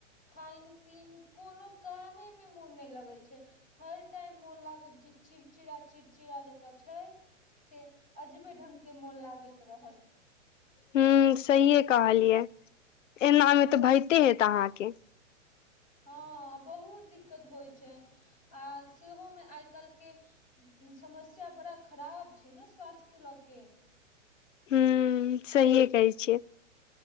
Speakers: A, on the left; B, on the left.
A: खनि पीन कोनो कामे में मोन नहि लगे छै हर टाइम मोन लागत जे चिड़चिड़ा चिड़चिड़ा जकाँ छै से अजीबे ढंग के मोन लागैत रहत
B: हू सहिए कहलियै एना मे तऽ भते हेत अहाँके
A: हँ बहुत दिक्कत होइत छै आ सेहोमे आइ काल्हिके समस्या बड़ा खराब छै ने स्वास्थ्य लऽ के
B: हू सहिए कहै छियै